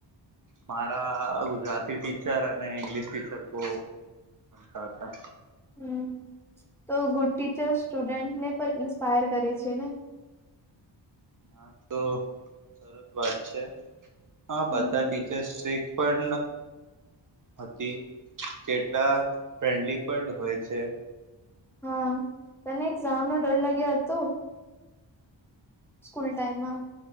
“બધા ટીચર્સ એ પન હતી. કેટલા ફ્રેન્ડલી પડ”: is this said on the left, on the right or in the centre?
Right